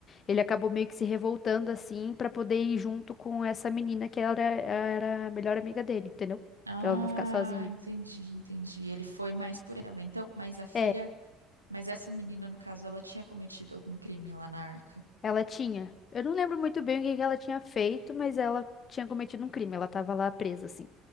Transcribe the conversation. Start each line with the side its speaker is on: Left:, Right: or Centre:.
Left: Ele acabou meio que se revoltando assim pra poder ir junto com essa menina que era, era a melhor amiga dele, entendeu?
Right: Ah,
Left: Pra ela não ficar sozinha.
Right: entendi, entendi. Ele foi mais por ela. Então, mas a filha,
Left: É,
Right: mas essa menina, no caso, ela tinha cometido algum crime lá na Arca.
Left: ela tinha. Eu não lembro muito bem o que que ela tinha feito, mas ela tinha cometido um crime. Ela tava lá presa, assim.